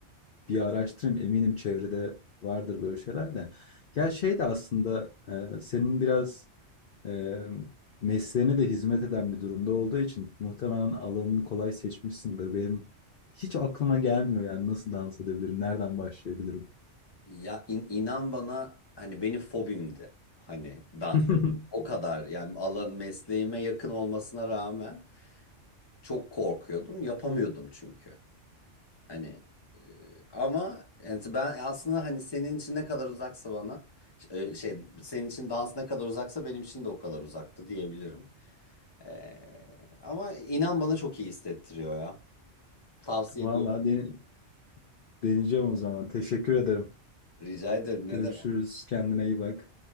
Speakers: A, on the left; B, on the left.
A: bir araştırayım. Eminim çevrede vardır böyle şeyler de. Ya şey de aslında e, senin biraz eee, mesleğine de hizmet eden bir durumda olduğu için muhtemelen alanını kolay seçmişsindir. Benim hiç aklıma gelmiyor yani nasıl dans edebilirim, nereden başlayabilirim?
B: Ya in- inan bana hani benim fobimdi hani dans
A: <laughs>
B: et- O kadar yani alan mesleğime yakın olmasına rağmen çok korkuyordum. Yapamıyordum çünkü. Hani e, ama yani ben aslında hani senin için ne kadar uzaksa bana e, şey senin için dans ne kadar uzaksa benim için de o kadar uzaktı diyebilirim. E, ama inan bana çok iyi hissettiriyor ya. Tavsiye
A: Vallahi
B: ediyorum.
A: dene- deneyeceğim o zaman. Teşekkür ederim.
B: Rica ederim. Ne
A: Görüşürüz.
B: demek?
A: Kendine iyi bak.